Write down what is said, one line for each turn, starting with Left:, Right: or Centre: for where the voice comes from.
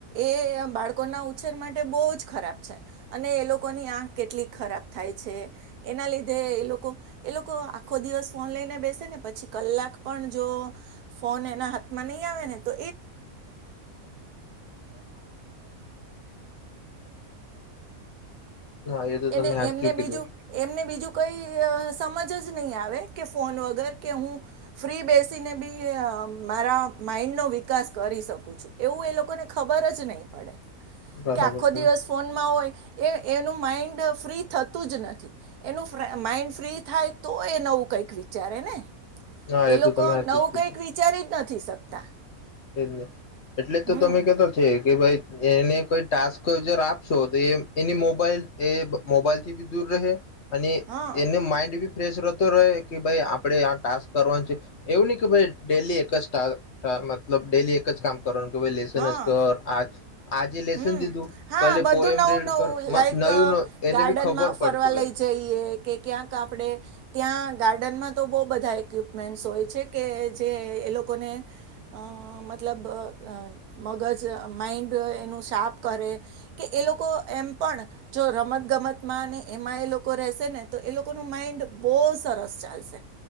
Right: એ બાળકોના ઉછેર માટે બહુ જ ખરાબ છે અને એ લોકોની આંખ કેટલીક ખરાબ થાય છે એના લી એ લોકો એ લોકો આખો દિવસ ફોન લઈને બેસે ને પછી કલાક પણ જો ફોન એના હાથમાં નહી આવે ને તો
Left: હા એ તો
Right: એને
Left: તમે સાચું
Right: એમને બીજું
Left: કીધું
Right: એમને બીજું કોઈ સમજ જ નહી આવે કે ફોન વગર કે હું ફ્રી બેસીને બી મારા માઈન્ડ નો વિકાસ કરી શકું છું એવું એ લોકોને ખબર જ નહી પડે
Left: બરાબર
Right: કે આખો દિવસ
Left: તમે
Right: ફોન માં હોય એ એનું માઇન્ડ ફ્રી થતું જ નથી એનું માઈન્ડ ફ્રી થાય તો એ નવું કંઈક વિચારે ને
Left: હા
Right: એ લોકો
Left: તો તમે સાચું
Right: નવું
Left: જ કીધું
Right: કઈક વિચારી જ નથી થી શકતા
Left: એજ નથી એટલે
Right: હમ
Left: તો તમે કેતો છે. કે ભાઈ એને કોઈ ટાસ્ક આપશો તો એ એની મોબાઈલ એ મોબાઈલ થી બી દૂર રહે અને
Right: હા
Left: એને માઇન્ડ બી ફ્રેશ રહેતો રહે કે ભાઈ આપણે આ ટાસ્ક કરવાનું છે એવું નહીં કે ભાઈ ડેલી એક જ ટા ટ મતલબ ડેલી એક જ કામ કરન કે ભાઈ લેસન
Right: હા
Left: જ કર આજ આજે લેસન
Right: હમ
Left: દીધું
Right: હા
Left: કલે
Right: બધું
Left: પોયમ
Right: નવું
Left: રીડ
Right: નવું
Left: કર
Right: લાઈક
Left: નયું એને
Right: ગાર્ડનમાં
Left: બી ખબર
Right: ફરવા
Left: પડતું
Right: લઈ
Left: રહે
Right: જઈએ કે ક્યાંક આપડે ત્યાં ગાર્ડનમાં તો બઉ બધા એક્યુબ <inaudible> સ હોય છે કે જે એલોકોને અ મતલબ મગજ માઇન્ડ એનું શાર્પ કરે કે એ લોકો એમ પણ જો રમત ગમતમાં એમાં એ લોકો રહેશે ને તો એ લોકોનું માઇન્ડ બહુ સરસ ચાલશે